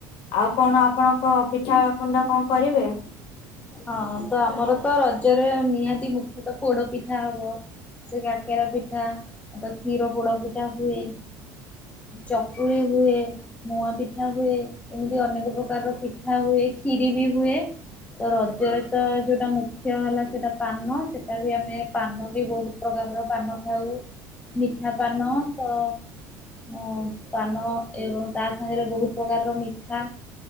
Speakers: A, on the left (about 65°); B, on the left (about 15°).
A: ଆଉ କଣ ଆପଣଙ୍କ ପିଠା କୁଣ୍ଡା କଣ କରିବେ?
B: ହଁ ତ ଆମର ତ ରଜରେ ନିହାତି ମୁଖ୍ୟତଃ ପୋଡ ପିଠା ହବ ସେ କାକେରା ପିଠା ଆଉ ତ କ୍ଷୀର ପୋଡପିଠା ହୁଏ ଚକୁଳି ହୁଏ ମୁଆ ପିଠା ହୁଏ ଏମିତି ଅନେକ ପ୍ରକାରର ପିଠା ହୁଏ ଖିରି ବି ହୁଏ। ତ ରଜରେ ତ ଯୋଉଟା ମୁଖ୍ୟ ହେଲା ସେଟା ପାନ ସେଟା ବି ଆମେ ପାନ ବି ବହୁତ। ପ୍ରକାରର ପାନ ଖାଉ ମିଠା ପାନ ତ। ଓ ପାନ ଏବଂ ତା ସାଙ୍ଗରେ ବହୁତ ପ୍ରକାରର ମିଠା।